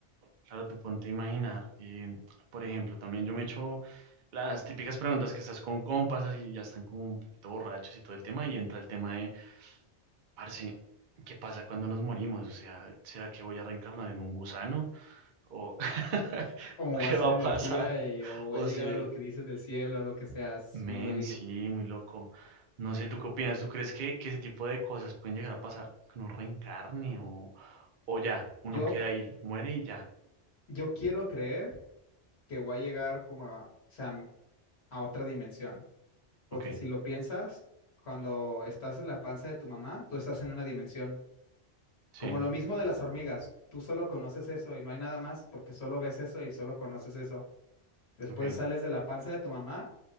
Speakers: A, on the right; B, on the left.
A: Claro, tú ponte a imaginar. eh, por ejemplo, también yo me echo las típicas preguntas que estás con compas y ya están como un poquito borrachos y todo el tema, y entra el tema de, parce, ¿qué pasa cuando nos morimos? O sea, ¿será que voy a reencarnar en un gusano? ¿O <laughs>
B: O
A: qué
B: va a ser
A: va a
B: energía
A: pasar?
B: eh, o va
A: O
B: a llegar
A: si,
B: a lo que dicen del cielo o lo que sea. Es
A: men,
B: muy...
A: sí, muy loco. No sé, ¿tú qué opinas? ¿Tú crees que, que ese tipo de cosas pueden llegar a pasar? Que uno reencarne o, o ya, uno
B: Yo,
A: queda ahí, muere y ya.
B: yo quiero creer que voy a llegar como a, o sea, a otra dimensión. Porque
A: Ok,
B: si lo piensas, cuando estás en la panza de tu mamá, tú estás en una dimensión.
A: sí,
B: Como lo mismo de las hormigas. Tú solo conoces eso y no hay nada más porque solo ves eso y solo conoces eso. Después
A: ok,
B: sales de la panza de tu mamá